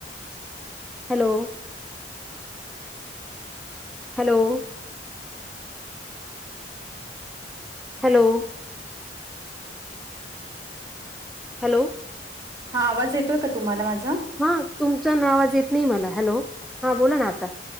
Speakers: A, in the centre; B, on the right.
A: Hello. Hello. Hello. Hello.
B: हा आवाज येतोय का तुम्हाला माझा?
A: हा तुमचं ना आवाज येत नाही मला हॅलो हा बोला ना आता.